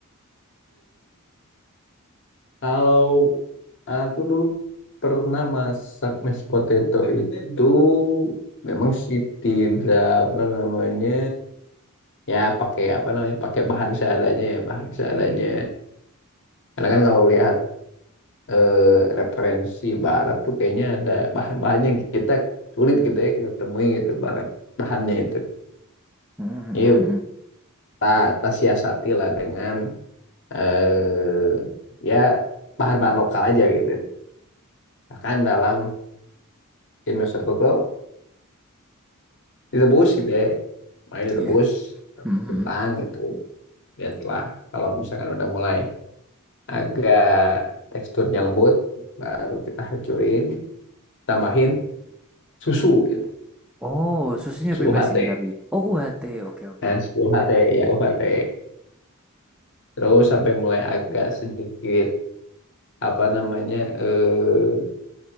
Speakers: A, on the left; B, in the centre.
A: Kalau aku dulu pernah masak mashed potato itu memang sih tidak apa namanya ya pakai apa namanya pakai bahan seadanya ya bahan seadanya. Karena kan kalau lihat eh, referensi barat tuh kayaknya ada bahan bahannya yang kita sulit gitu ya kita temui gitu barang bahannya itu.
B: Hmm, hmm,
A: Yuk,
B: hmm, hmm.
A: ta ta siasati lah dengan eh ya bahan-bahan lokal aja gitu. Bahkan dalam in itu tuh direbus gitu ya, mulai direbus
B: Iya. Hmm, hmm,
A: kentang
B: hmm.
A: gitu. Dan telah kalau misalkan udah mulai agak teksturnya lembut, baru kita hancurin, tambahin susu gitu,
B: Oh, susunya
A: susu
B: bebas
A: UHT.
B: ini tapi. Oh, UHT. Oke, oke.
A: Tes UHT ya UHT. Terus sampai mulai agak sedikit apa namanya eh,